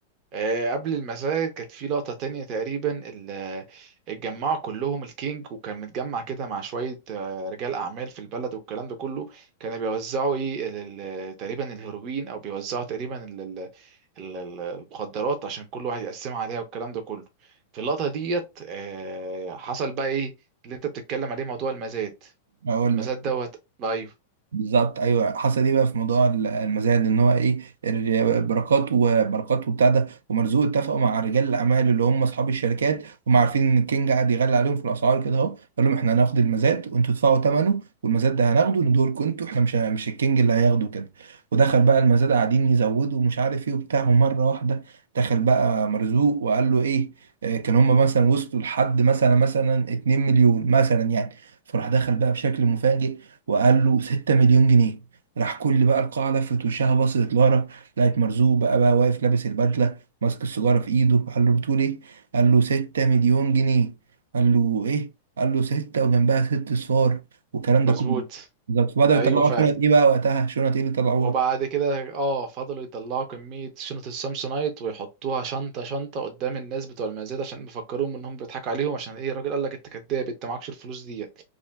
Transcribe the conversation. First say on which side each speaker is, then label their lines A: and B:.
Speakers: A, on the right; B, on the right.
A: آه، قبل المساجد كانت في لقطة تانية تقريبا ال- آه، اتجمعوا كلهم الكينج وكان متجمع كده مع شوية آه، رجال أعمال في البلد والكلام ده كله كانوا بيوزعوا إيه ال- ال- تقريبا الهيروين أو بيوزعوا تقريبا ال- ال- ال- ال- المخدرات عشان كل واحد يقسمها عليها والكلام ده كله في اللقطة ديت آه، حصل بقى إيه اللي أنت بتتكلم عليه موضوع المزاد
B: اقول
A: المزاد
B: لك
A: دوت أيوه
B: بالظبط ايوه حصل ايه بقى في موضوع ال- المزاد ان هو ايه ال- بركات وبركات وبتاع ده ومرزوق اتفقوا مع رجال الاعمال اللي هم اصحاب الشركات هم عارفين ان الكينج قاعد يغلي عليهم في الاسعار كده اهو قال لهم احنا هناخد المزاد وانتوا تدفعوا ثمنه والمزاد ده هناخده ندور لكم انتوا احنا مش مش الكينج اللي هياخده كده ودخل بقى المزاد قاعدين يزودوا ومش عارف ايه وبتاع ومره واحده دخل بقى مرزوق وقال له ايه آه، كان هم مثلا وصلوا لحد مثلا مثلا 2 مليون مثلا يعني فراح دخل بقى بشكل مفاجئ وقال له 6 مليون جنيه راح كل بقى القاعة لفت وشها بصت لورا لقت مرزوق بقى بقى واقف لابس البدلة ماسك السيجارة في ايده قال له بتقول ايه؟ قال له 6 مليون جنيه قال له ايه؟ قال له ستة وجنبها ست صفار والكلام ده
A: مظبوط
B: كله بالظبط بدأوا
A: أيوه
B: يطلعوا
A: فعلا
B: شنط ايه بقى وقتها؟ شنط ايه اللي طلعوها؟
A: وبعد كده اه فضلوا يطلعوا كمية شنط السامسونايت ويحطوها شنطة شنطة قدام الناس بتوع المزاد عشان يفكروهم انهم بيضحكوا عليهم عشان ايه الراجل قال لك انت كداب انت معكش الفلوس ديت